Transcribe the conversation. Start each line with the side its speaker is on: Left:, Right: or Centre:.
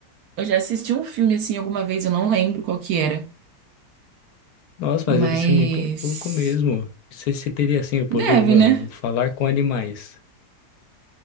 Right: Eu já assisti um filme assim alguma vez, eu não lembro qual que era.
Left: Nossa,
Right: Mas
Left: mas deve ser muito louco mesmo. Você, você teria, assim, o poder,
Right: deve,
Left: mano,
Right: né?
Left: falar com animais.